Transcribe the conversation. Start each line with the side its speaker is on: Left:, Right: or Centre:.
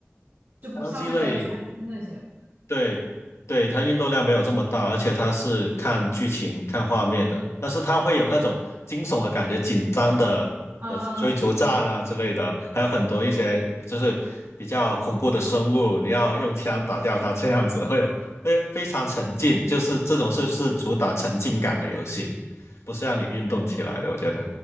Right: 就不像那个拳击那些。
Left: 单机类对，对，它运动量没有这么大，而且它是看剧情、看画面的，但是它会有那种惊悚的感觉、紧张的呃追逐战啊之类的，
Right: 嗯嗯
Left: 还有很多一些就是比较恐怖的生物，你要用枪打掉它，这样子会有会非常沉浸，就是这种是是主打沉浸感的游戏，不是让你运动起来的，我觉得。